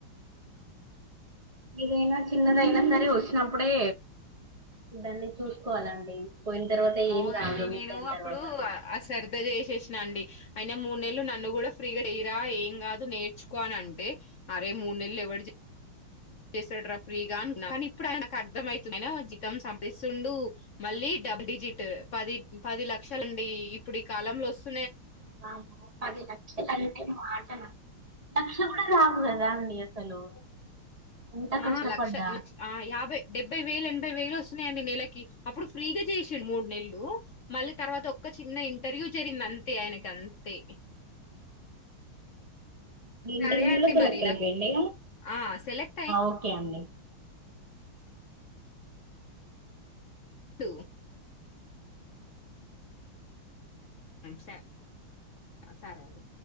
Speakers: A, on the right; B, on the left.
A: ఇదైనా చిన్నదయినా సరే వచ్చినప్పుడే దాన్ని చూసుకోవాలండి పోయిన తర్వాత ఏం
B: అవునండి
A: రాదు మిస్
B: నేను
A: అయిన
B: అప్పుడు
A: తర్వాత
B: అ శ్రధ చేసేసి అండి అయినా మూడు నెలలు నన్ను కూడా ఫ్రీగా ఏయిరా ఏం కాదు నేర్చుకో అని అంటే, అరే మూడు నెలలు ఎవరి చేసాడు రా ఫ్రీగా అనుకున్నా కానీ ఇప్పుడు ఆకు అర్థం అవుతుంది జితం సంపిస్తుండు మళ్ళీ డబుల్ డిజిట్ పది పది లక్షాల అండి ఇప్పుడు ఈ కాలంలో వస్తు
A: బమ పది లక్షల అంటే మాటలు క్ష కూడా రాగు కదా అండి అసలు ఎంత కష్టపడ్డా
B: ఆ లక్ష యాభై డెబ్బై వేలు ఎనభై వేలు వస్త న్నాయండి నెలకి అప్పుడు ఫ్రీగా చేసండు మూడు నెలలు మళ్ళీ తర్వాత ఓ చిన్న ఇంటర్వ్యూ జరిగిందంటే ఆయనకి అంత్ తే
A: ఇంటర్వ్యూ
B: సరే అండి
A: లో సెలెక్ట్
B: మరి
A: అయిపోయిడి
B: నాకు ఆ సెలెక్ట్
A: ఓకే అండి
B: టు సరే సరే అండి